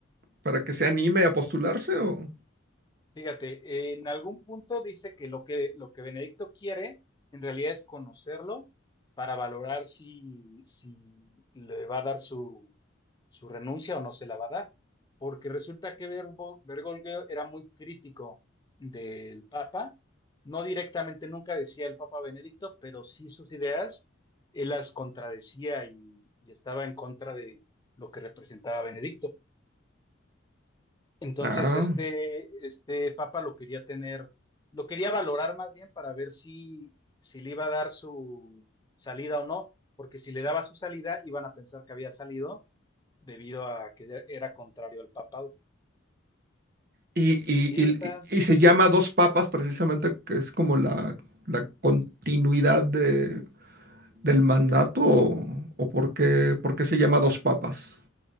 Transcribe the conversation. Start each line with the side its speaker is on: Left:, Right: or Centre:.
Right: para que se anime a postularse o.
Left: Fíjate, en algún punto dice que lo que, lo que Benedicto quiere en realidad es conocerlo para valorar si, si le va a dar su, su renuncia o no se la va a dar, porque resulta que Bergo- Bergoglio era muy crítico del Papa, no directamente nunca decía el Papa Benedicto, pero sí sus ideas, él las contradecía y, y estaba en contra de lo que representaba Benedicto. Entonces,
Right: Ah.
Left: este, este papa lo quería tener, lo quería valorar más bien para ver si, si le iba a dar su salida o no, porque si le daba su salida, iban a pensar que había salido debido a que era contrario al papado.
Right: Y, y-
Left: Sí,
Right: y-
Left: está,
Right: y se llama Dos Papas precisamente, que es como la, la continuidad de, del mandato, o, o por qué, por qué se llama Dos Papas.